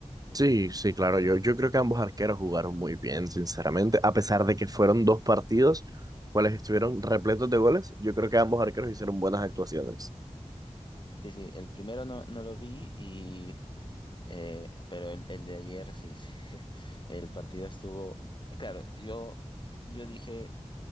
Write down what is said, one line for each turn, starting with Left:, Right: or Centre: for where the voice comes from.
Right: Sí, sí, claro. Yo, yo creo que ambos arqueros jugaron muy bien, sinceramente. A pesar de que fueron dos partidos, cuales estuvieron repletos de goles, yo creo que ambos arqueros hicieron buenas actuaciones.
Left: Sí, sí, el primero no, no lo vi y... eh, pero el, el de ayer sí, sí, <laughs> el partido estuvo... Claro, yo, yo dije,